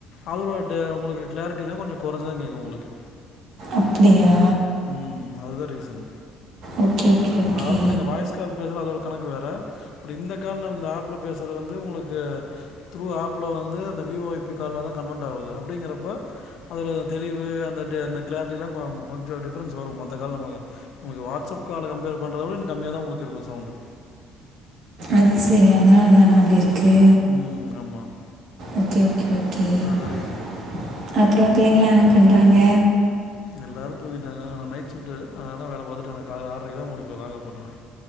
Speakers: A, on the left; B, on the right.
A: அதோட டே உங்ளுக்கு கிளாரட்டி தா கொஞ்சோ கொறஞ்சிதா கேக்கு உங்ளுக்கு
B: அப்டியா
A: உம் அதுதா ரீசன்
B: ஓகே ஓகே
A: இப்ப
B: ஓகே
A: நார்மல் நீங்க வாய்ஸ் கால் பேசுன அது ஒரு கணக் அது வேற இந்த கால்ல இந்த ஆப்புல பேசுறது வந்து உங்ளுக்கு த்ரூ ஆப்புல்ல வந்து அந்த வி வோ ஐப் பி காலா தா கன்வர்ட் ஆகுது அப்டிங்குறப்ப அதல தெளிவு அந்த டே அந்த கிளார்ட்டிலா கொ கொஞ்சோ டிஃபரன்ஸ் வரும் மொத்த கால் நம்மக்கு உங்ளுக்கு வாட்ஸ்அப் கால கம்பேர் பண்றத விட இன்னு கம்மியா தா உங்ளுக் இருக்கும் சவுண்டு
B: அத் செரி அதனாலதானா அப்டி இருக் க்கு
A: ம் ஆமாம்
B: ஓக்கே ஓக்கே ஓக்கே அப்
A: அதான் ரீசன்
B: அப்றோ பிள்ளைங்லாம் என்ன பண்றாங்க
A: எல்லாரும் தூங்கிட்டாங்க நா நைட் சிஃப்டு அதனால வேல பாத்துட்டு எனக் காலைல ஆற்ரைக்கு தா முடிப்ப லாகவ்ட் பண்ணுவே